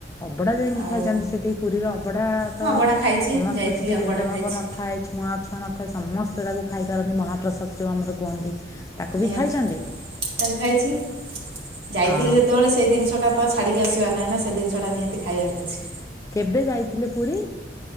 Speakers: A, on the left (about 15°); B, on the right (about 65°).
A: ଅବଡା ଯାଇକି
B: ଆଉ
A: ଖାଇଛନ୍ତି ସେଠି ପୁରୀର ଅବଢ଼ା
B: ହଁ
A: ତ
B: ଅବଢ଼ା ଖାଇଛି
A: ସମସ୍ତେ
B: ଯାଇଥିଲି
A: ସେଠି
B: ଅବଢ଼ା
A: ଭେଦଭାବ
B: ଖାଇଛି
A: ନଥାଏ ଛୁଆଁ ଅଛୁଆଁ ନଥାଏ ସମସ୍ତେ ତାକୁ ଖାଇପାରନ୍ତି ମହାପ୍ରସାଦ ଯୋଉ ଆମର କୁହନ୍ତି। ତାକୁ
B: ନିହାତି
A: ବି ଖାଇଛନ୍ତି
B: ତାକୁ ଖାଇଛି ଯାଇଥିଲି
A: ହଁ
B: ଯେତେବେଳେ ସେଇ ଜିନିଷଟା ତ ଛାଡିକି ଆସିବାର ନାହିଁ ନା ସେ ଜିନିଷଟା ନିହାତି ଖାଇବାର ଅଛି।
A: କେବେ ଯାଇଥିଲେ ପୁରୀ?